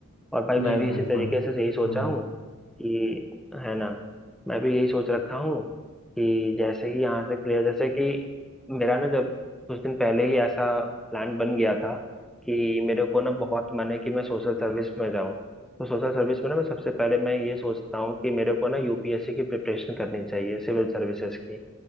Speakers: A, in the centre; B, on the left.
A: और भाई
B: नहीं
A: मैं भी
B: बिल्कुल
A: इसी तरीके से यही सोचा
B: हाँ,
A: हूँ कि है ना मैं भी यही सोच रखा हूँ कि जैसे ही यहाँ से क्लियर जैसे कि मेरा ना जब कुछ दिन पहले ही ऐसा प्लान बन गया था कि मेरे को ना बहुत मन है कि मैं सोशल सर्विस में जाऊँ तो सोशल सर्विस में ना मैं सबसे पहले मैं ये सोचता हूँ कि मेरे को ना यूपीएससी की प्रिपरेशन करनी चाहिए सिविल सर्विसेज की